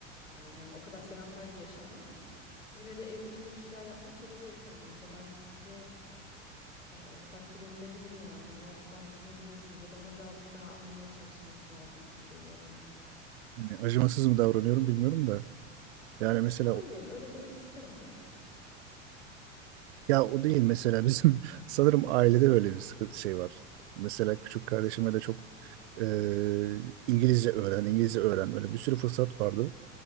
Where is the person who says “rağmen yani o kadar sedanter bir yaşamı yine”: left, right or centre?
Left